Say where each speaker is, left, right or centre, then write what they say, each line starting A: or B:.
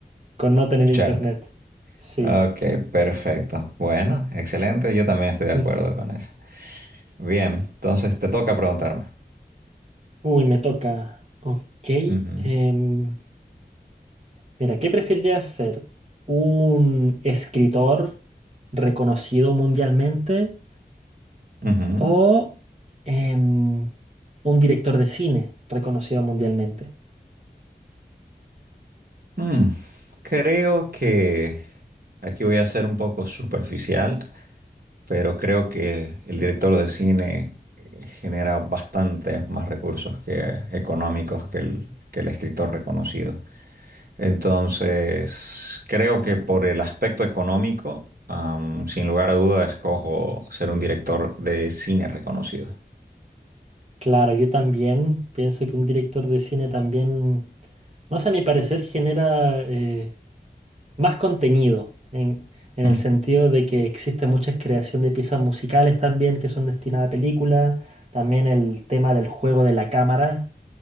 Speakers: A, on the right; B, on the right.
A: Con no tener
B: ducharte.
A: internet. Sí.
B: Ok, perfecto. Bueno, excelente. Yo también estoy de
A: Mm.
B: acuerdo con eso. Bien, entonces te toca preguntarme.
A: Uy, me toca. Ok.
B: Ujú,
A: em, mira, ¿qué preferirías ser? ¿Un escritor reconocido mundialmente
B: ujú.
A: o em, un director de cine reconocido mundialmente?
B: Mm, Creo que aquí voy a ser un poco superficial, pero creo que el director de cine eh, genera bastantes más recursos que económicos que el, que el escritor reconocido. Entonces, creo que por el aspecto económico, am, sin lugar a duda, escojo ser un director de cine reconocido.
A: Claro, yo también pienso que un director de cine también, no sé, a mi parecer genera... eh, más contenido, en, en el
B: Mm,
A: sentido de que existe mucha creación de piezas musicales también que son destinadas a películas, también el tema del juego de la cámara,